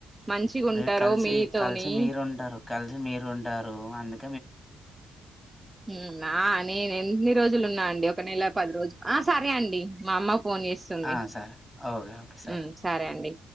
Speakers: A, on the right; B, on the left.
A: మంచిగా
B: అదే
A: ఉంటారో
B: కలిసి
A: మీతోని
B: కలిసి మీరు ఉంటారు కలిసి మీరు ఉంటారు అందుక
A: మ్మ్ నా నేను ఎన్ని రోజులు ఉన్నాను. డి ఒక నెల పది రోజు ఆ సరే అండి మా అమ్మ ఫో ఫోన్ చేస్తుంది
B: ఆ! సరే. ఓకే. ఓకే.
A: మ్మ్ సరే అండి